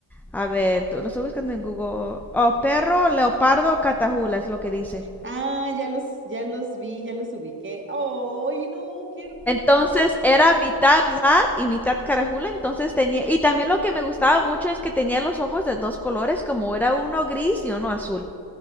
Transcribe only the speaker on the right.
Ah, ya los, ya los vi, ya los ubiqué. ¡Ay, no! ¡Qué hermoso!